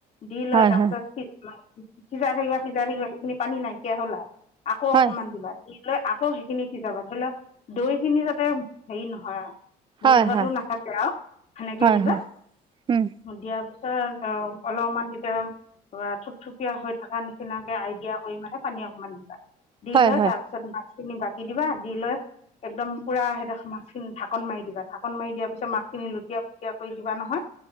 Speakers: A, on the left (about 40°); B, on the right (about 30°).
A: দি
B: হয়
A: লৈ তাৰপিছত
B: হয়
A: সিজাই থাকিবা সিজাই থাকিবা সেইখিনি পানী নাইকিয়া হল আৰু আকৌ
B: হয়
A: অকমান দিবা। লৈ আকৌ সেইখিনি সিজাবা ধৰি ল দৈ খিনি যাতে হেৰি নহয় আৰু।
B: হয়
A: গোন্ধটো
B: হয়
A: নাথাকে আৰু সেনেকে
B: হয়
A: দিবা
B: হয় উম
A: দিয়া <unintelligible> অলপমান তেতিয়া বা থুপথুপীয়া হৈ থকা নিচিনাকে আইডিয়া কৰি মানে পানী অকমান দিবা। দি
B: হয়
A: লৈ
B: হয়
A: তাৰপিছত মাছখিনি বাকি দিবা। দি লৈ একদম পুৰা সেই দেখৰ মাছখিনি ঢাকন মাৰি দিবা, মাছখিন ঢাকন মাৰি দিবা ঢাকন মাৰি দিয়াৰ পিছত মাছখিনি লুট থিয়, থিয় কৰি দিবা নহয়,